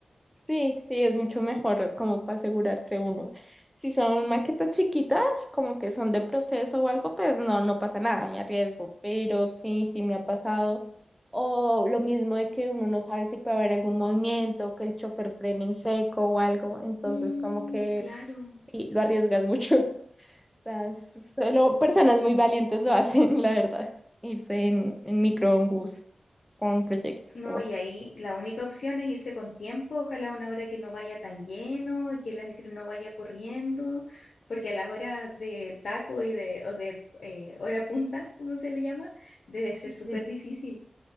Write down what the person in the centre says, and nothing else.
Sí, sí, es mucho mejor como para asegurarse uno. Si son maquetas chiquitas, como que son de proceso o algo, pues no, no pasa nada, me arriesgo. Pero sí, sí me ha pasado. O lo mismo de que uno no sabe si puede haber algún movimiento, que el chofer frene en seco o algo. Entonces,
como que
sí, lo arriesgas mucho. <laughs> Las, solo personas muy valientes lo hacen, la verdad. Irse en, en micro, en bus, con proyectos.
o
Sí.